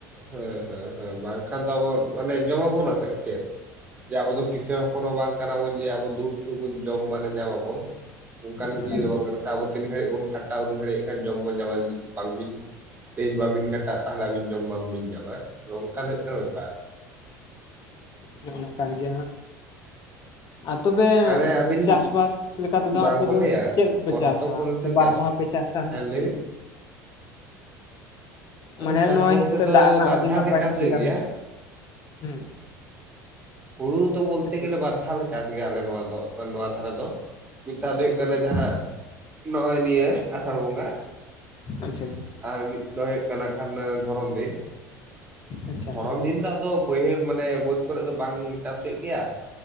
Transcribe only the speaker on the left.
ᱦᱩᱸ
ᱮᱠᱟᱞ
ᱱᱚᱜᱼᱚ ᱱᱚᱝᱠᱟᱱ ᱜᱮ ᱦᱟᱸᱜ, ᱟᱨ ᱛᱚᱵᱮ
ᱪᱟᱥᱼᱵᱟᱥ ᱞᱮᱠᱟ ᱛᱮᱫᱚ
ᱟᱯᱮ ᱫᱚ
ᱪᱮᱫ ᱠᱚᱯᱮ
ᱪᱟᱥᱟ
ᱵᱟᱨ
ᱫᱷᱟᱣ ᱯᱮ ᱪᱟᱥᱟ ᱱᱟᱜ?
ᱦᱳᱲᱳ
ᱠᱚᱫᱚ
ᱢᱟᱱᱮ
ᱱᱚᱜᱼᱚᱭ
ᱦᱤᱛᱳᱜ
ᱫᱟᱜ ᱨᱮᱱᱟᱜ
ᱟᱹᱰᱤ
ᱱᱟᱯᱟᱭ
ᱥᱩᱵᱤᱫᱷᱟ
ᱢᱮᱱᱟᱜ-ᱟ, ᱦᱮᱸ᱾
ᱟᱪᱪᱷᱟ
ᱟᱪᱪᱷᱟ
ᱟᱪᱪᱷᱟ ᱟᱪᱪᱷᱟ
ᱟᱪᱪᱷᱟ ᱟᱪᱪᱷᱟ
ᱟᱪᱪᱷᱟ